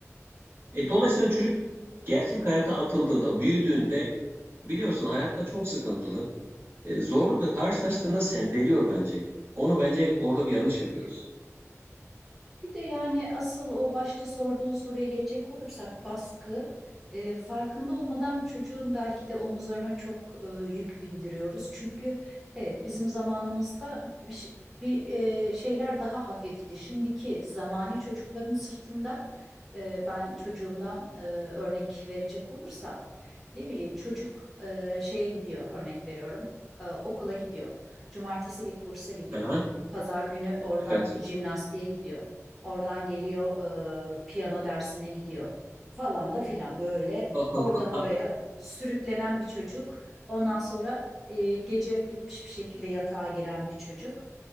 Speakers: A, on the right; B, in the centre.
A: E, dolayısıyla çocuk gerçek hayata atıldığında, büyüdüğünde biliyorsun hayatta çok sıkıntılı. E,
B: hı
A: zorlukla karşılaştığında sendeliyor bence. Onu bence orada bir yanlış yapıyoruz.
B: Bir de yani asıl o başta sorduğun soruya gelecek olursak baskı e, farkında olmadan çocuğun belki de omuzlarına çok e, yük bindiriyoruz. Çünkü evet bizim zamanımızda bir, ş- bir, e, şeyler daha hafifti. Şimdiki zamani çocukların sırtında e, ben çocuğumdan e, örnek verecek olursam ne bileyim çocuk e, şeye gidiyor örnek veriyorum e, okula gidiyor. Cumartesi bir kursa gidiyor.
A: Aha,
B: Pazar günü oradan
A: evet.
B: jimnastiğe gidiyor. Oradan geliyor e, piyano dersine gidiyor falan da filan böyle
A: <laughs>
B: oradan oraya sürüklenen bir çocuk. Ondan sonra e, gece bitmiş bir şekilde yatağa giren bir çocuk.